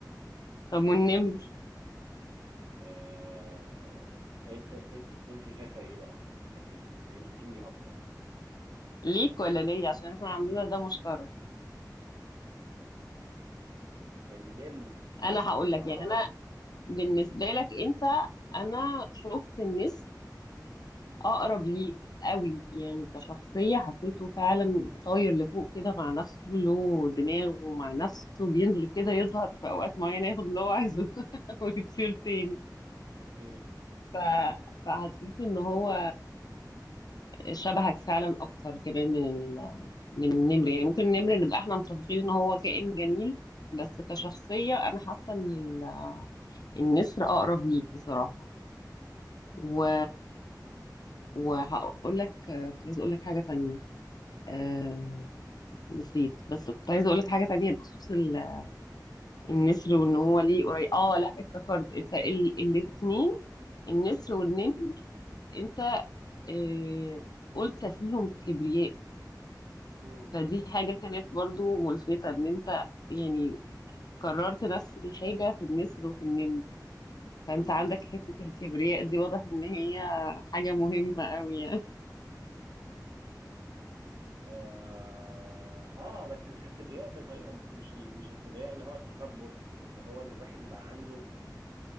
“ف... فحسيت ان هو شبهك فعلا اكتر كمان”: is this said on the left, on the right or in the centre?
Left